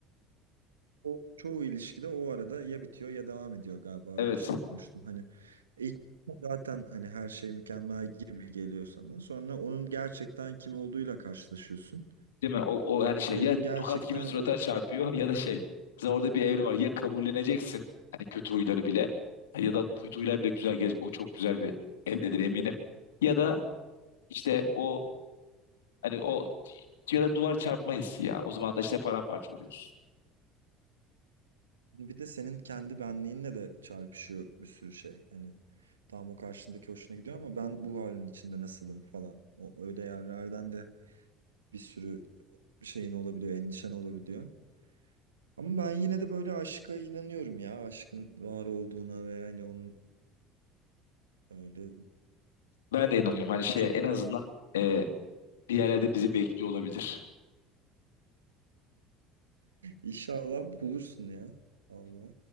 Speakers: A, on the right; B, on the left.
A: O çoğu ilişkide o arada ya bitiyor ya devam ediyor galiba
B: Evet.
A: öyle bir şey okumuştum. Hani ilk zaten hani her şey mükemmel gibi geliyor sana. Sonra onun gerçekten kim olduğuyla karşılaşıyorsun.
B: Değil mi? O, o yani şey
A: Onun
B: ya
A: gerçekten
B: tokat gibi surata
A: o
B: çarpıyor ya da şey. Mesela orada bir evre var. Ya kabulleneceksin hani kötü huyları bile ya da kötü huylar bile güzel gelecek. O çok güzel bir evredir eminim. Ya da işte o Hani o ya da duvar çarpma hissi ya. O zaman da işte paramparça oluyoruz.
A: <laughs> bir de senin kendi benliğinle de çarpışıyor bir sürü şey. Hani tam o karşındaki hoşuna gidiyor ama ben bu halin içinde nasılım falan. O öyle yerlerden de bir sürü şeyin olabiliyor, endişen olabiliyor. Ama ben yine de böyle aşka inanıyorum ya. Aşkın var olduğuna ve yani onun Öyle
B: Ben de inanıyorum. Hani şeye
A: çok
B: en azından
A: da
B: e, bir yerlerde bizi bekliyor olabilir.
A: inşallah bulursun ya. Allah.